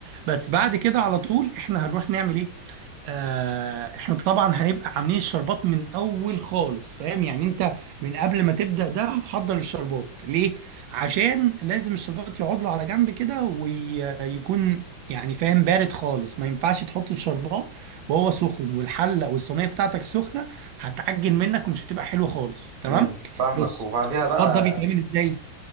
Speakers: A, on the right (about 80°); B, on the right (about 65°).
A: بس بعد كده على طول احنا هنروح نعمل ايه آه، احنا طبعا هنبقى عاملين الشربات من الاول خالص فاهم يعني انت من قبل ما تبدأ ده هتحضر الشربات ليه عشان لازم الشربات يقعد له على جنب كده ويكون يعني فاهم بارد خالص ما ينفعش تحط الشربات وهو سخن والحلة والصينية بتاعتك سخنة هتعجن منك ومش هتبقى حلوة خالص تمام
B: امم فاهمك
A: بص
B: وبعديها
A: الشربات
B: بقى
A: ده بيتعمل ازاي